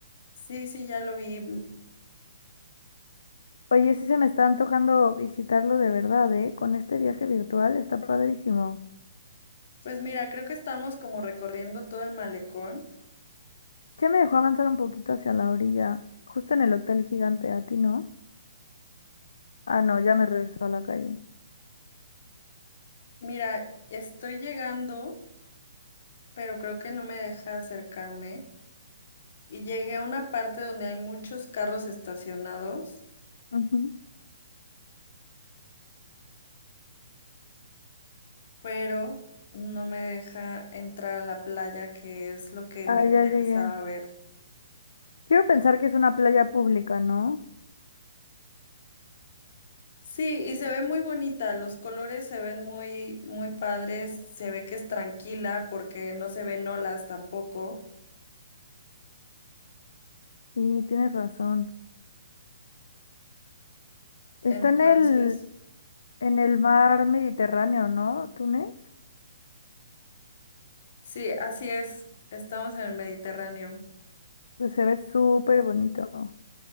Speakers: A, on the left (about 55°); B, on the left (about 70°).
A: Sí, sí, ya lo vi.
B: Oye, sí se me está antojando visitarlo de verdad, ¿eh? Con este viaje virtual está padrísimo.
A: Pues mira, creo que estamos como recorriendo todo el malecón.
B: Ya me dejó avanzar un poquito hacia la orilla, justo en el hotel gigante, a ti, ¿no? Ah, no, ya me regresó a la calle.
A: Mira, estoy llegando, pero creo que no me deja acercarme. Y llegué a una parte donde hay muchos carros estacionados.
B: Ujú.
A: pero no me deja entrar a la playa, que es lo que
B: Ah,
A: me interesaba
B: ya llegué.
A: ver.
B: Quiero pensar que es una playa pública, ¿no?
A: Sí, y se ve muy bonita, los colores se ven muy, muy padres, se ve que es tranquila porque no se ven olas tampoco.
B: Sí, tienes razón. Está
A: Entonces,
B: en el, en el mar Mediterráneo, ¿no? Túnez.
A: sí, así es, estamos en el Mediterráneo.
B: Pues se ve súper bonito.